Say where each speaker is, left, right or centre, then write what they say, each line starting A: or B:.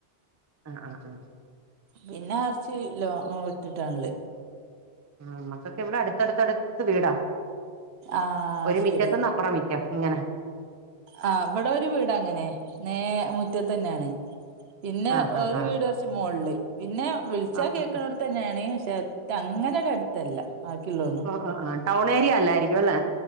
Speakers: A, on the right; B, on the right.
A: ആ ആ ആ
B: പിന്നെ കുറച്ച് ലോംഗ് വിട്ടിട്ടാണുള്ളേ.
A: നമ്മുക്കൊക്കെ ഇവിടെ അടുത്തടുത്തടുത്ത് വീടാ,
B: ആ
A: ഒരു
B: ശരി
A: മിറ്റത്തിന്ന് അപ്പുറം മിറ്റം. ഇങ്ങനെ
B: ആ ഇവിടെ ഒരു വീട് അങ്ങനെ. നേരെ മുറ്റത്ത് തന്നെയാണ്, പിന്നെ
A: ആഹ് ആഹ്
B: ഒരു
A: ആഹ്
B: വീട് കുറച്ച് മുകളില്. പിന്നെ വിളിച്ചാൽ
A: ആഹ്
B: കേൾക്കണടുത്ത് തന്നെയാണ്. പക്ഷെ അങ്ങനെ ഒരു അടുത്തല്ല. ആക്കിയില്ലേന്നും.
A: ആഹ് ആഹ് ടൗൺ ഏരിയ അല്ലായിരിക്കും അല്ലേ